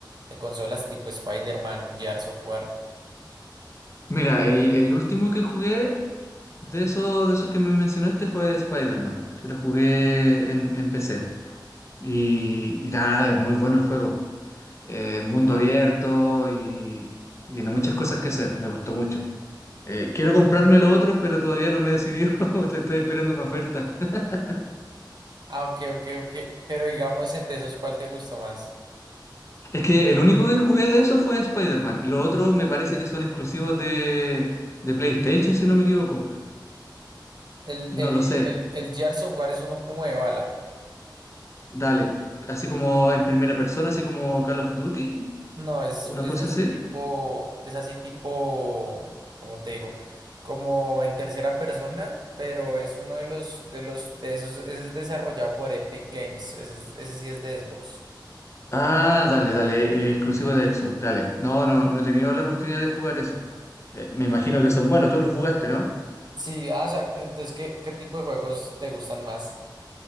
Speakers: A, on the right (about 60°); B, on the left (about 35°).
A: de consolas tipo Spider-Man, Gears of War?
B: Mira, el, el último que jugué de eso, de esos que me mencionaste fue Spider-Man, que lo jugué en, en PC. Y, y nada, es muy bueno el juego. Eh, mundo abierto y, y tiene muchas cosas que hacer, me gustó mucho. Eh, quiero comprarme los otros, pero todavía no me he decidido, <laughs> te estoy esperando una oferta. <laughs>
A: Ah, ok, ok, ok. Pero digamos, de esos, ¿cuál te gustó más?
B: Es que el único que jugué de eso fue Spider-Man. Los otros me parece que son exclusivos de, de PlayStation, si no me equivoco.
A: El,
B: No
A: el,
B: lo sé.
A: el, el Gears of War es uno como de bala.
B: Dale, así como en primera persona, así como Call of Duty,
A: No, es,
B: una
A: es
B: cosa
A: así
B: así.
A: tipo, es así tipo, como te digo, como en tercera persona, pero es uno de los, de los, de esos, ese es desarrollado por Epic Games, ese, es- ese sí es de Xbox.
B: Ah, dale, dale, eh, exclusivo de Xbox, dale. No, no, no he tenido la oportunidad de jugar eso. Eh, me imagino que son buenos, tú los jugaste, ¿no?
A: Sí, ah, o sea, entonces, ¿qué, qué tipo de juegos te gustan más?